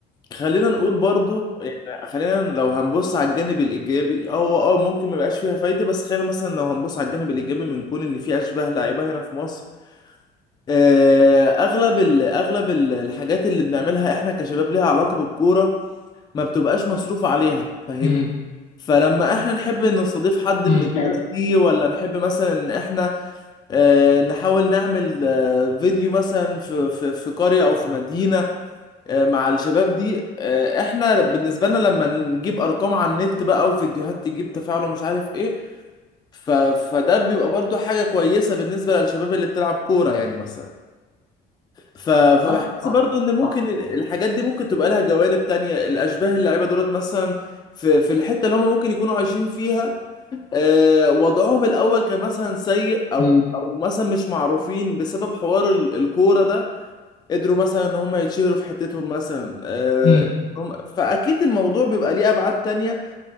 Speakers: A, on the left; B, on the left.
A: خلينا نقول برضو يعني خلينا لو هنبص على الجانب الايجابي هو اه ممكن ما يبقاش فيها فايده بس خلينا مثلا لو هنبص على الجانب الايجابي من كون ان في اشباه لعيبه هنا في مصر آه، اغلب ال اغلب ال- الحاجات اللي بنعملها احنا كشباب ليها علاقه بالكوره ما بتبقاش مصروف عليها فاهمني
B: امم
A: فلما احنا نحب ان نستضيف حد
B: امم
A: من الناس دي ولا نحب مثلا ان احنا آه، نحاول نعمل آه، فيديو مثلا في في في قريه او في مدينه آه، مع الشباب دي آه، احنا بالنسبه لنا لما نجيب ارقام على النت بقى او فيديوهات تجيب تفاعل ومش عارف ايه ف... فده بيبقى برضو حاجه كويسه بالنسبه للشباب اللي بتلعب كوره يعني مثلا ف... فبحس
B: صح صح
A: برضو ان ممكن
B: صح
A: ال- الحاجات دي ممكن تبقى لها جوانب تانية الاشباه اللعيبه دولت مثلا في في الحته اللي هم ممكن يكونوا عايشين فيها آه، وضعهم الاول كان مثلا سيء او
B: امم
A: او مثلا مش معروفين بسبب حوار ال- الكوره ده قدروا مثلا ان هم يتشهروا في حتتهم مثلا آه،
B: امم
A: هم فاكيد الموضوع بيبقى ليه ابعاد تانية